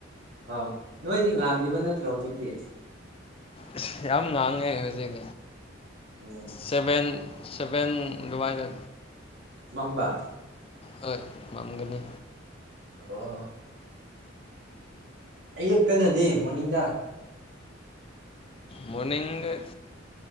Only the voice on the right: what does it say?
ꯑꯥꯎ ꯅꯣꯏꯗꯤ ꯉꯥꯟꯈꯤꯕ ꯅꯠꯇ꯭ꯔꯣ ꯍꯧꯖꯤꯛꯇꯤ
ꯑꯣ
ꯃꯝꯕ
ꯑꯣ ꯑꯌꯨꯛꯇꯅꯗꯤ ꯃꯣꯔꯅꯤꯡꯗ